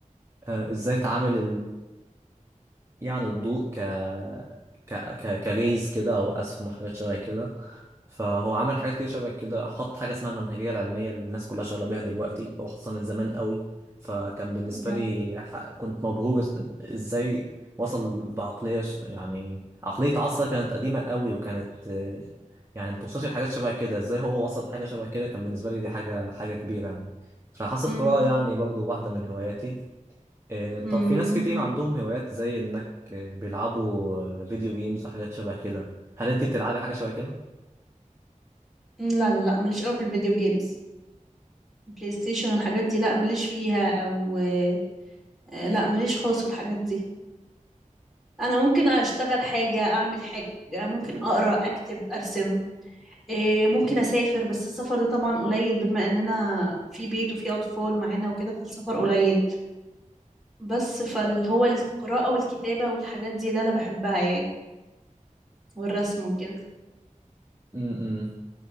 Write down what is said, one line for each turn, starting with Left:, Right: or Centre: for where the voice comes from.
Right: آه، ازاي تعامل يعني الضوء ك ك ك كريز كده او اسهم وحاجات شبه كده فهو عمل حاجات كتير شبه كده حط حاجه اسمها المنهجيه العلميه اللي الناس كلها شغاله بيها دلوقتي هو حطها من زمان قوي فكان بالنسبه
Centre: يعني
Right: لي ح- كنت مبهور إز- ازاي وصل بعقليه ش- يعني عقليه عصر كانت قديمه قوي وكانت آه، يعني متوصلش لحاجات شبه كده ازاي هو وصل لحاجه شبه كده كان بالنسبه لي دي حاجه حاجه كبيره يعني فحاسة
Centre: امم
Right: القراءة يعني برضو واحدة من هواياتي آه، طب
Centre: امم
Right: في ناس كتير عندهم هوايات زي انك آه، بيلعبوا آه، فيديو جيمز وحاجات شبه كده هل انت بتلعبي حاجة شبه كده؟
Centre: لا لا لا ماليش قوي في الفيديو جيمز بلاي ستيشن والحاجات دي لا ماليش فيها او آه، لا ماليش خالص في الحاجات دي انا ممكن اشتغل حاجه اعمل حاجه ممكن اقرا اكتب ارسم آه، ممكن اسافر بس السفر ده طبعا قليل بما اننا في بيت وفي اطفال معانا وكده فالسفر قليل بس فاللي هو القراءه والكتابه والحاجات دي اللي انا بحبها يعني والرسم وكده
Right: امم